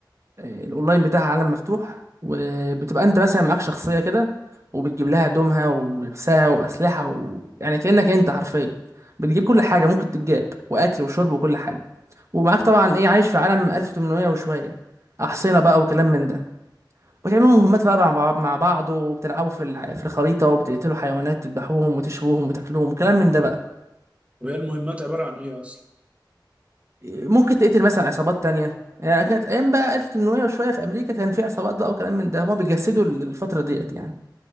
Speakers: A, on the right; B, on the right.
A: آه، الاونلاين بتاعها عالم مفتوح وبتبقى انت مثلا معاك شخصيه كده وبتجيب لها هدومها ولبسها واسلحه و... يعني كانك انت حرفيا بتجيب كل حاجه ممكن تتجاب واكل وشرب وكل حاجه ومعاك طبعا ايه عايش في عالم 1800 وشويه احصنه بقى وكلام من ده وتعملوا مهمات بقى مع بعض مع بعض وبتلعبوا في الع- في الخريطه وبتقتلوا حيوانات تذبحوهم وتشووهم وتاكلوهم وكلام من ده بقى
B: طب هي المهمات عباره عن ايه اصلا
A: ممكن تقتل مثلا عصابات تانية يعني كانت أيام بقى 1800 وشوية في أمريكا كان في عصابات بقى وكلام من ده هما بيجسدوا الفترة ديت يعني